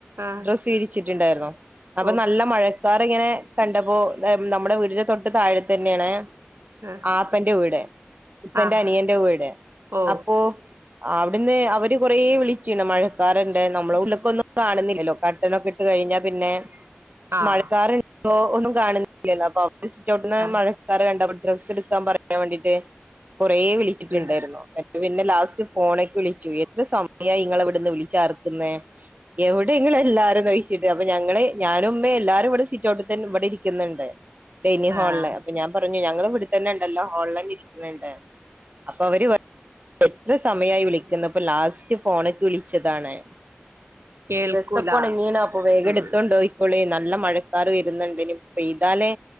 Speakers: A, on the right; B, on the right.
A: ആഹ്
B: ഡ്രസ്സ് വിരിച്ചിട്ടുണ്ടായിരുന്നു. അപ്പോ
A: ഓ
B: നല്ല മഴ ക്കാറിങ്ങനെ കണ്ടപ്പോ എഹേം നമ്മടെ വീടിന്റെ തൊട്ട് താഴത്തന്നെയാണ്
A: ആഹ്
B: ആപ്പന്റെ വീട്. ഉപ്പന്റെ
A: ആഹ്
B: അനിയന്റെ വീട്
A: ഓ
B: അപ്പോ അവിട്ന്ന് അവര് കൊറേ വിളിച്ചിണ് മഴക്കാറ്ണ്ട് നമ്മള് ഉള്ളിക്കൊന്നും കാണുന്നില്ലല്ലോ. കട്ട് ട്ടനോക്കെ ഇട്ട് കഴിഞ്ഞാ പിന്നെ
A: ആഹ്
B: മഴക്കാറ് ണ്ടോ ഒന്നും കാണുന്നില്ലല്ലോ. അപ്പവര് സിറ്റൗട്ട്ന്ന്
A: ആഹ്
B: മഴ ക്കാറ് കണ്ടപ്പോ ഡ്രസ്സ്ടുക്കാൻ പറയാൻ വേണ്ടിട്ട് കൊറേ വിളിച്ചിട്ടുണ്ടായിരുന്നു.
A: ഉം
B: <unintelligible> പിന്നെ ലാസ്റ്റ് ഫോണേക്ക് വിളിച്ചു. എത്ര സമയായി ഇങ്ങളെ ഇവിട്ന്ന് വിളിച്ചാർക്കുന്നേ? എവിടെ ഇങ്ങളെല്ലാരുംന്നോയി ല് അപ്പ ഞങ്ങള് ഞാനും ഉമ്മേം എല്ലാരും ഇവടെ സിറ്റ് ഔട്ട് തന്നെ ഇവടെ ഇരിക്ക്ന്ന്ണ്ട്. ഡൈനിങ് ഹോളില്
A: ആഹ്
B: അപ്പോ ഞാൻ പറഞ്ഞു ഞങ്ങള് ഇവിടുത്തന്നെണ്ടല്ലോ. ഹോൾലന്നേ ഇരിക്കണ് ണ്ട്. അപ്പോ അവര് പറ സമയായി വിളിക്കുന്നു അപ്പ ലാസ്റ്റ് ഫോണിക്ക് വിളിച്ചതാണ്
A: കേൾക്കൂല
B: ഡ്രസ്സൊക്കെ ഒണങ്ങീനപ്പോ അപ്പോ വേഗം
A: ഉം
B: എടുത്തൊണ്ടോയി പ്പളെ നല്ല മഴക്കാറ് വരുന്ന്ണ്ട് ഇനി പെയ്താലേ